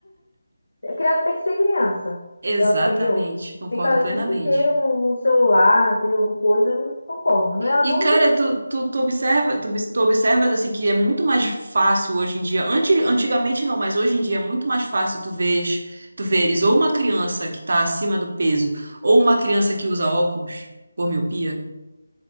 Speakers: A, on the left; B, on the right.
A: Criança tem que ser criança,
B: <laughs> exatamente.
A: eu, entendeu?
B: Concordo
A: Ficar
B: plenamente.
A: o dia inteiro no no celular, entendeu? No Coisa, eu não concordo. Não é adulto?
B: E, cara, tu, tu, tu observa, tu, obs- tu observas assim que é muito mais fácil hoje em dia. Antes, antigamente não, mas hoje em dia é muito mais fácil tu veres, tu veres ou uma criança que tá acima do peso, ou uma criança que usa óculos por miopia.